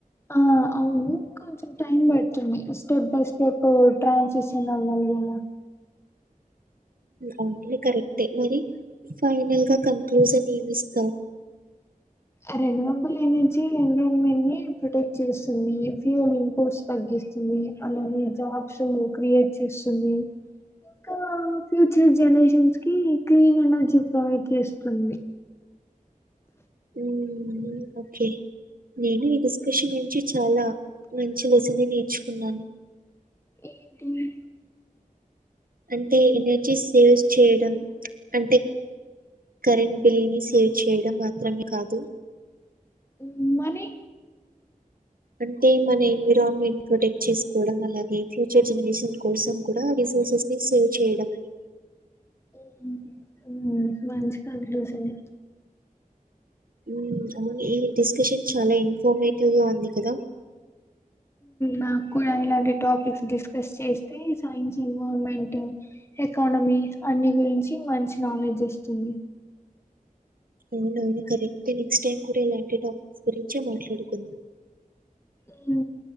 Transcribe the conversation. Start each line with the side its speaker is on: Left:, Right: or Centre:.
Left: ఆ అవును కొంచెం టైం బడుతుంది స్టెప్ బై స్టెప్ ట్రాన్సిషన్ అవ్వలిలా
Right: అ గూడ కరెక్టే మరి ఫైనల్ గా కన్క్లూజన్ ఏమిస్తవ్
Left: ఆ రెండువబుల ఎనర్జీ ఎన్విరాన్మెంట్ ని ప్రొటెక్ట్ చేస్తుంది ఫ్యూల్ ఇంపోర్ట్స్ తగ్గిస్తుంది అలానే జాబ్స్ క్రియేట్ చేస్సుంది కా ఫ్యూచర్ జనరేషన్స్ కి క్లీన్ ఎనర్జీ ప్రొవైడ్ చేస్తుంది
Right: ఉ ఓకే నేను కుషి నుంచి చాలా మంచి లెసనే నేర్చుకున్నాను
Left: ఏటూనే
Right: అంటే ఎనర్జీ సేవ్ చేయడం అంటె కరెంట్ బిల్ని సేవ్ చేయడం మాత్రమే కాదు
Left: ఉమ్ మరి
Right: అంటే మన ఎన్విరాన్మెంట్ ప్రొటెక్ట్ చేసుకోవడం అలాగే ఫ్యూచర్ జనరేషన్ కోసం కుడా రీసోర్సెస్ ని సేవ్ చేయడమని
Left: ఉమ్ ఉమ్మ్ మంచి కంక్లూసన్నే
Right: ఊమ్ అవుని ఈ డిస్కషన్ చాలా ఇన్ఫార్మేటివ్ గా ఉంది కదా
Left: నాకు కూడా ఇలాంటి టాపిక్స్ డిస్కస్ చేస్తే సైన్స్ ఇన్వాల్వ్మెంట్ ఎకానమీ అన్ని గురించి మంచి నాలెడ్జ్ ఇస్తుంది
Right: అవునవును కరెక్టే నెక్స్ట్ టైమ్ గూడా ఇలాంటి టాక్స్ గురించే మాట్లాడుకున్నాం
Left: హ